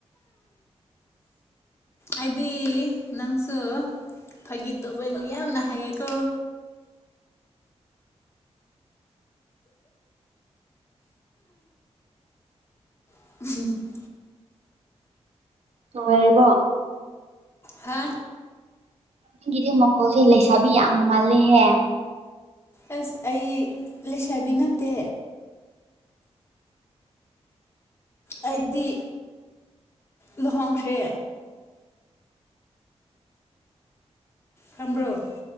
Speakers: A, on the left; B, on the right.
A: ꯑꯩꯗꯤ ꯅꯪꯁꯨ ꯐꯥꯒꯤ ꯇꯧꯕ ꯃꯤ ꯌꯥꯝꯅ ꯍꯥꯏꯌꯦꯀꯣ <unintelligible>
B: ꯅꯨꯪꯉꯥꯏꯔꯤꯕꯣ
A: ꯍꯥ
B: ꯅꯪꯒꯤꯗꯤ ꯃꯈꯣꯜꯁꯦ ꯂꯩꯁꯥꯕꯤ ꯌꯥꯝ ꯃꯥꯜꯂꯦꯍꯦ
A: ꯑꯁ ꯑꯩ ꯂꯩꯁꯥꯕꯤ ꯅꯠꯇꯦ ꯑꯩꯗꯤ ꯂꯨꯍꯣꯡꯈ꯭ꯔꯦ ꯈꯪꯕ꯭ꯔꯣ